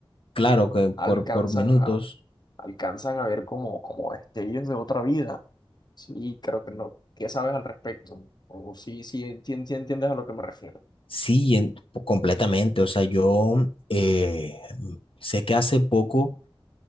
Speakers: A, on the left (about 75°); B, on the left (about 50°).
A: claro que
B: alcanzan
A: por, por minutos,
B: a, alcanzan a ver como, como destellos de otra vida. Sí, creo que no. ¿Qué sabes al respecto? O sí, sí, entien- sí entiendes a lo que me refiero.
A: sí, en- completamente. O sea, yo eh, sé que hace poco